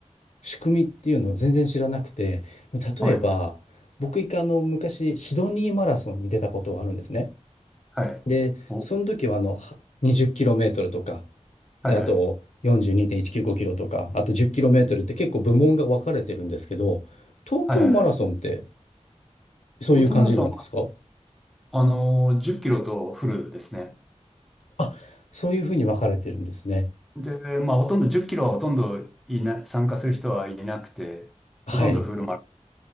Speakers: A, on the left; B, in the centre.
A: う、仕組みっていうのを全然知らなくて、例えば、
B: はい。
A: 僕、一回、あの、昔、シドニーマラソンに出たことがあるんですね。
B: はい。
A: で、
B: お、
A: その時は、
B: は
A: あの、は20キロメートルとか、
B: いはい。
A: で、あと、42.195キロとか、あと10キロメートルって結構部門が分かれてるんですけど、東京マラソンって
B: はいは
A: そういう感じなんですか
B: い。トマラソン、あの、10キロとフルですね。
A: あ、そういうふうに分かれてるんですね。
B: で、まあ、ほとんど10キロはほとんどいな、参加する人はいなくて、
A: はい。
B: ほとんどフルマラソン。